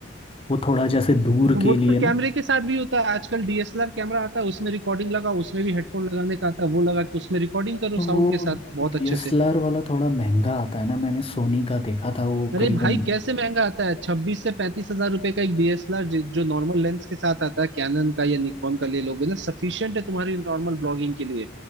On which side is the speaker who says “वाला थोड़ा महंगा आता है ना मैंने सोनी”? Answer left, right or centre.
Left